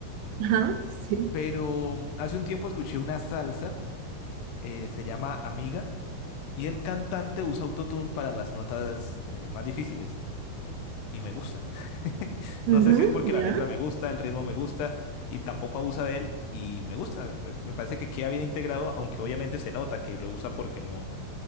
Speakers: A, on the right; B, on the left.
A: Ajá, <laughs> sí.
B: Pero hace un tiempo escuché una salsa, eh, se llama Amiga Y el cantante usa autotune para las notas eh, más difíciles. Y me gusta. <laughs>
A: Ujú,
B: No sé si es porque
A: ya.
B: la letra me gusta, el ritmo me gusta, y tampoco abusa de él, y me gusta. Me parece que queda bien integrado, aunque obviamente se nota que lo usa porque no,